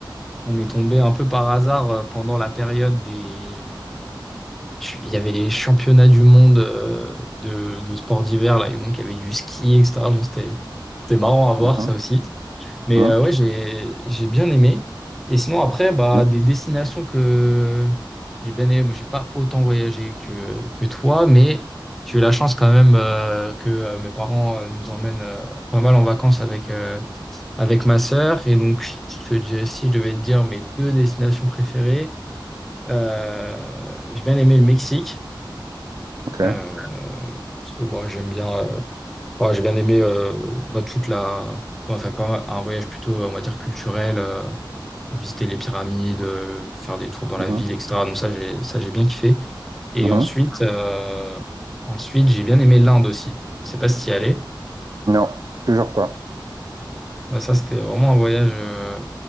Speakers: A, in the centre; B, on the right (about 50°).
A: on est tombé un peu par hasard euh, pendant la période des Je- Il y avait les championnats du monde euh, de, de sports d'hiver, là, et donc il y avait du ski, etc. Bon, c'était, c'était marrant à voir,
B: Mhm.
A: ça aussi. Mais
B: Mhm.
A: euh, ouais, j'ai, j'ai bien aimé. Et sinon, après, bah,
B: Mhm.
A: des destinations que j'ai bien aimé. Moi, j'ai pas autant voyagé que, que toi, mais j'ai eu la chance quand même euh, que euh, mes parents euh, nous emmènent euh, pas mal en vacances avec, euh, avec ma sœur. Et donc, je te dis, si je devais te dire mes deux destinations préférées, euh, j'ai bien aimé le Mexique.
B: OK.
A: Euh, parce que bon, j'aime bien, euh, enfin, j'ai bien aimé euh, bah, toute la. Enfin, faire pas un voyage plutôt, on va dire, culturel, euh, visiter les pyramides, euh, faire des tours dans la
B: Mhm.
A: ville, etc. Donc ça, j'ai ça, j'ai bien kiffé. Et
B: Mhm.
A: ensuite, euh, ensuite, j'ai bien aimé l'Inde aussi. Je sais pas si y allais.
B: Non, toujours pas.
A: Bah, ça, c'était vraiment un voyage, euh,